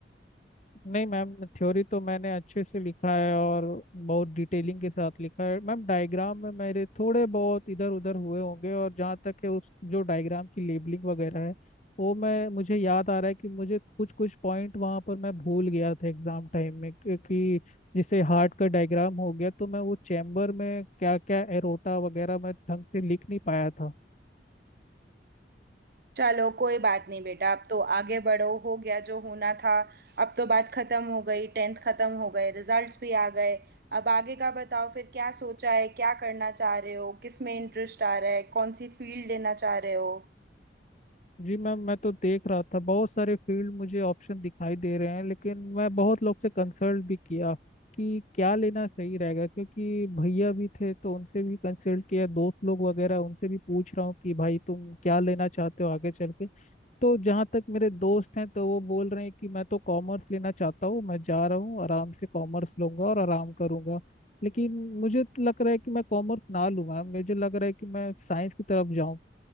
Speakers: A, on the left; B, on the right.
A: नहीं मैम थ्योरी तो मैंने अच्छे से लिखा है और बहुत डिटेलिंग के साथ लिखा है मैम डायग्राम में मेरे थोड़े बहुत इधर उधर हुए होंगे और जहाँ तक है उस जो डायग्राम की लेबलिंग वगैरह है वो मैं मुझे याद आ रहा है कि मुझे कुछ कुछ पॉइंट वहाँ पर मैं भूल गया था एग्जाम टाइम में कि कि जैसे हार्ट का डायग्राम हो गया तो मैं वो चैम्बर में क्या क्या एरोटा वगैरह मैं ढंग से लिख नहीं पाया था
B: चलो कोई बात नहीं बेटा अब तो आगे बढ़ो हो गया जो होना था अब तो बात खत्म हो गई टेंथ खत्म हो गए रिजल्ट्स भी आ गए अब आगे का बताओ फिर क्या सोचा है क्या करना चाह रहे हो किस में इंटरेस्ट आ रहा है कौन सी फील्ड लेना चाह रहे हो
A: जी मैम मैं तो देख रहा था बहुत सारे फील्ड मुझे ऑप्शन दिखाई दे रहे हैं लेकिन मैं बहुत लोग से कंसल्ट भी किया कि क्या लेना सही रहेगा क्योंकि भैया भी थे तो उनसे भी कंसल्ट किया दोस्त लोग वगैरह उनसे भी पूछ रहा हूँ कि भाई तुम क्या लेना चाहते हो आगे चल के तो जहाँ तक मेरे दोस्त हैं तो वो बोल रहे हैं कि मैं तो कॉमर्स लेना चाहता हूँ मैं जा रहा हूँ आराम से कॉमर्स लूंगा और आराम करूंगा लेकिन मुझे तो लग रहा है कि मैं कॉमर्स ना लूँ मैम मुझे लग रहा है कि मैं साइंस की तरफ जाऊँ